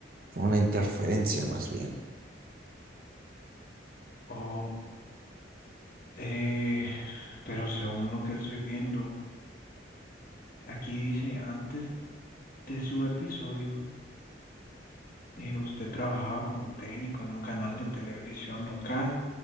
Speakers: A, on the right; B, on the left.
A: fue una interferencia más bien.
B: Oh, eh, pero según lo que estoy viendo, aquí dice antes de su episodio. Eh, usted trabajaba como técnico en un canal de televisión local.